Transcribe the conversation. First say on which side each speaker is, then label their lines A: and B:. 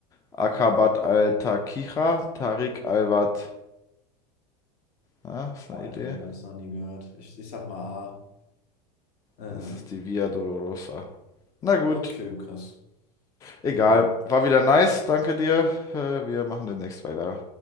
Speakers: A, on the left (about 15°); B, on the left (about 50°).
A: Akabat al-Taqiya, Tariq al-Wad. Ah, ist
B: Oh,
A: eine
B: Alter,
A: Idee?
B: habe ich alles noch nie gehört. Ich, ich sag mal A. Äh,
A: Es ist die Via Dolorosa. Na gut.
B: okay, krass.
A: Egal,
B: Ja.
A: war wieder nice, danke dir. Äh, Wir machen demnächst weiter.